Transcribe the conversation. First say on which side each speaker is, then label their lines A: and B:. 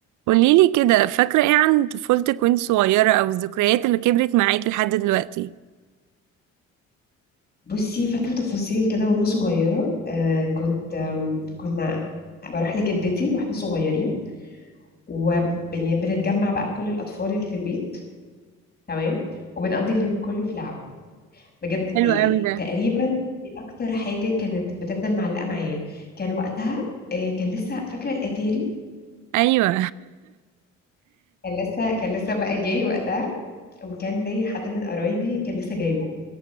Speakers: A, on the right; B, on the left.
A: قوليلي كده فاكرة ايه عن طفولتك وانت صغيرة او الذكريات اللي كبرت معاكي لحد دلوقتي
B: بصي فاكرة تفاصيل كده وأنا صغيرة آه كنت آم، كنا بروح لجدتي واحنا صغيرين وبنتجمع بقى كل الأطفال اللي في البيت تمام وبنقضي اليوم كله في لعب بجد إيه-
A: حلو
B: إيه،
A: قوي ده
B: تقريبا دي أكتر حاجة كانت بتفضل معلقة معايا كان وقتها آه كان لسه فاكرة الأتاري
A: ايوه
B: كان لسه كان لسه بقى جاي وقتها وكان لي حد من قرايبي كان لسه جايبه